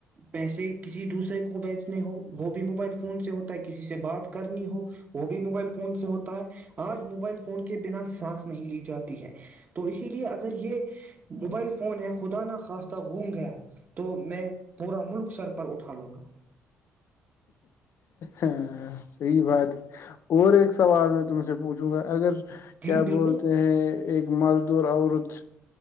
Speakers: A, on the right (about 35°); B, on the left (about 55°).
A: پیسے کسی دوسرے کو بیچنے ہو وہ بھی موبائل فون سے ہوتا ہے کسی سے بات کرنی ہو وہ بھی موبائل فون سے ہوتا ہے آج موبائل فون کے بنا سانس نہیں لی جاتی ہے تو اسی لیے اگر یہ موبائل فون ہے خدا ن خواستہ گوم گیا تو میں پورا ملک سر پر اٹھا لوں گا
B: ہ صحی بات ہے اور ایک سوال میں تم سے پوچھوں گا اگر
A: جی
B: کیا
A: بالکل
B: بولتے ہیں ایک مرد د عورت